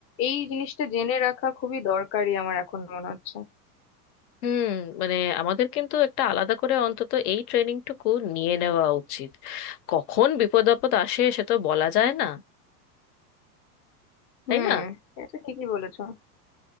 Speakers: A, on the left (about 30°); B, on the left (about 70°).
A: এই জিনিসটা জেনে রাখা খুবই দরকারি আমার এখন মনে হচ্ছে
B: হুম মানে আমাদের কিন্তু একটা আলাদা করে অন্তত এই ট্রেনিংটুকু নিয়ে নেওয়া উচিত কখন বিপদ আপদ আসে সে তো বলা যায় না তাই
A: হুম
B: না
A: এটা ঠিকই বলেছো